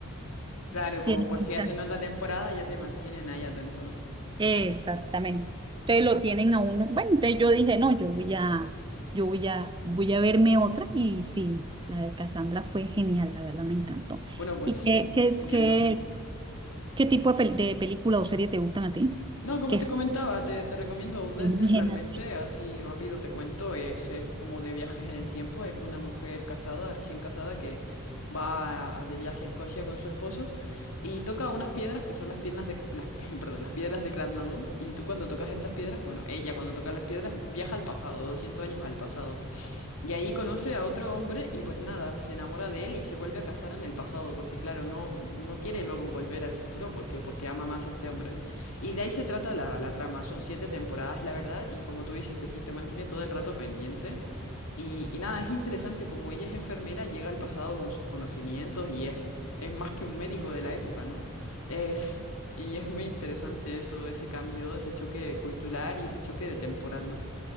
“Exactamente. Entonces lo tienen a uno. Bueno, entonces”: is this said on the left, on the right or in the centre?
Right